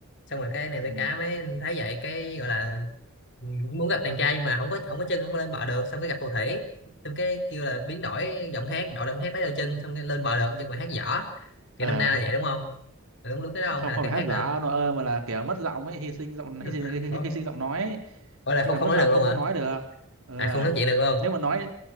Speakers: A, on the left; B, on the right.
A: xong rồi cái nàng
B: Ừ.
A: tiên cá mới thấy vậy cái gọi là muốn gặp chàng trai nhưng mà không có không có chân không có lên bờ được xong cái gặp phù thủy xong cái kêu là biến đổi giọng hát đổi giọng hát lấy đôi chân xong cái lên bờ được nhưng mà hát dở kiểu
B: ờ
A: năm nay là vậy đúng không Là đúng đúng cái đó không
B: không
A: hay là
B: không
A: cái
B: phải
A: khác
B: hát giả
A: nữa
B: nó ơi mà là kiểu mất giọng ấy hy sinh giọng
A: <laughs>
B: hy sinh hy, hy,
A: Ờ,
B: hy sinh giọng nói ấy.
A: Ủa là không
B: thế là
A: không
B: mất
A: nói
B: giọng
A: được
B: không
A: luôn hả
B: có nói được ừ.
A: à không
B: à.
A: nói chuyện được luôn
B: nếu mà nói